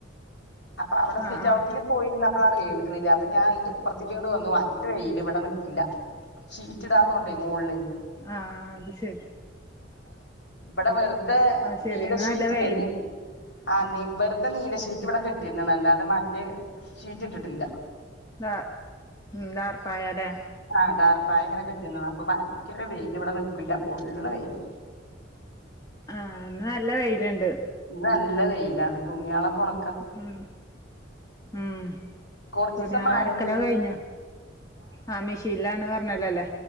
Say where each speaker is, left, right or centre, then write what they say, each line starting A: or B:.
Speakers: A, on the left; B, on the left.
A: അപ്പൊ അവിടെ
B: ആ
A: സിറ്റൗട്ടില്
B: ആ
A: പോയിരുന്നപ്പഴാണ് കേൾക്കണില്ലാ അപ്പൊ ഞാ അയിന്റെ ഇപ്പറത്തേക്ക്ങ്ങട്ട് വന്നു ഭയങ്കര വെയില് ഇവിടെ നിക്കില്ലാ ഷീറ്റിടാത്തോണ്ടേ മോളില്
B: ആഹ് ആഹ് അത് ശെരി
A: ഇവിടെ വെറുതെ
B: അത് ശരി
A: നീലഷീറ്റില്ലേ
B: ഇന്ന് നല്ല വെയിൽ
A: നീ ആഹ് നീ വെറുതെ നീലഷീറ്റ് ഇവിടെ കെട്ടിയിരുന്ന് അല്ലാതെ മറ്റേ ഷീറ്റ് ഇട്ടിട്ടില്ലാ
B: നാ ഉം നാർപ്പായാല്ലേ
A: ആഹ് ടാർപ്പായ ഇങ്ങനെ കെട്ടിന്നു അപ്പൊ ഭയങ്കര വെയില് ഇവിടെ നിക്കൂല്ലാ പൊള്ളണ വെയില്
B: ആഹ് ഇന്ന് നല്ല വെയില്ണ്ട്
A: ഇന്ന് നല്ല വെയിലാണ് തുണിയാളൊക്കെ ഒണ
B: ഉം ഉം
A: കൊറച്ചീസം
B: തുണിയാളലക്കലൊക്കെ
A: മഴന്നെ
B: കയിഞ്ഞോ ആഹ് മെഷീൻലാന്ന് പറഞ്ഞല്ലോല്ലേ